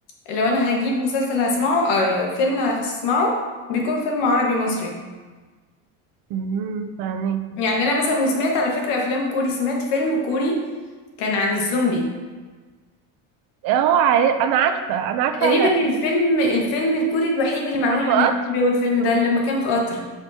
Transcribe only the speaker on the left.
لو انا هجيب مسلسل هسمعه آه، فيلم هسمعه بيكون فيلم عربي مصري
يعني انا مثلا وسمعت على فكرة افلام كوري سمعت فيلم كوري كان عن الزومبي
تقريبا الفيلم الفيلم الكوري الوحيد اللي معمول
عن
الزومبي هو الفيلم
ده لما كان في قطر